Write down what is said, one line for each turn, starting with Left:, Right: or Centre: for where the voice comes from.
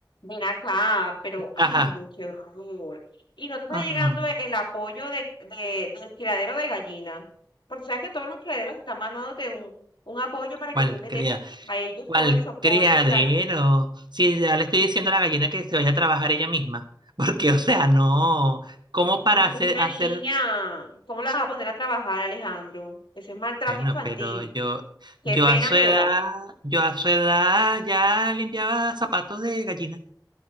Left: ven acá, pero ay,
Right: ajá,
Left: no, qué horror. Y no te está
Right: ajá,
Left: llegando e- el apoyo de, de- del criadero de gallinas, porque sabes que todos los criaderos están mandándote un, un apoyo para
Right: cuál
Left: que tú les
Right: cría,
Left: des a ellos
Right: cuál
Left: todo el soporte
Right: criadero.
Left: y la...
Right: Si ya le estoy diciendo a la gallina que se vaya a trabajar ella misma, <laughs> porque, o sea, no, ¿cómo para
Left: Pero es
Right: hacer,
Left: que es una
Right: hacer...
Left: niña, ¿cómo la vas a poner a trabajar, Alejandro? Eso es maltrato
Right: Bueno,
Left: infantil,
Right: pero yo,
Left: qué
Right: yo
Left: pena
Right: a su
Left: me
Right: edad,
Left: da.
Right: yo a su edad ya limpiaba zapatos de gallina.